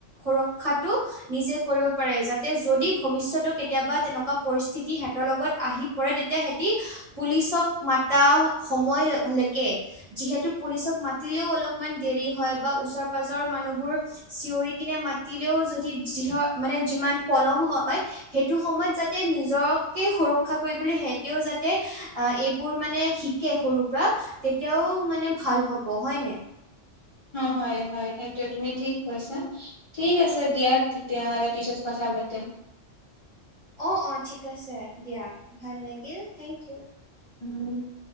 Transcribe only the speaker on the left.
অ হয় হয় সেইটোৱে তুমি ঠিক কৈছা। ঠিক আছে দিয়া তেতিয়াহ'লে পিছত কথা পাতিম।
উম।